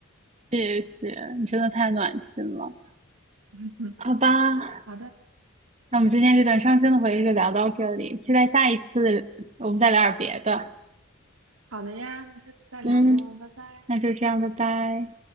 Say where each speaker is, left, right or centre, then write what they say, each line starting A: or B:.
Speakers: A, on the right; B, on the right.
A: 谢谢，你真的太暖心了。
B: <laughs>
A: 好吧，
B: 好的，
A: 那我们今天这段伤心的回忆就聊到这里，期待下一次我们再聊点别的。
B: 好的呀，那下次再聊喽，
A: 嗯，
B: 拜拜。
A: 那就这样，拜拜。